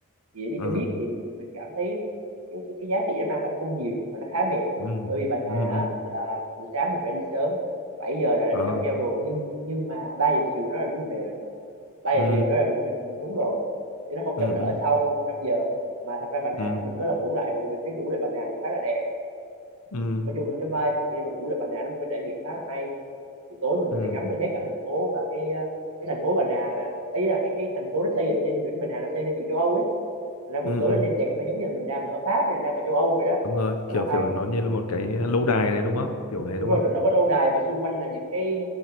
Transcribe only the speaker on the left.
ờ
ừ
ừ
ừ
ờ
ừ
ừ
ừ
ừ
ừ
ừ
ừ
ừ
đúng rồi
kiểu
kiểu nó như là một cái lâu đài đấy đúng không kiểu đấy
đúng
không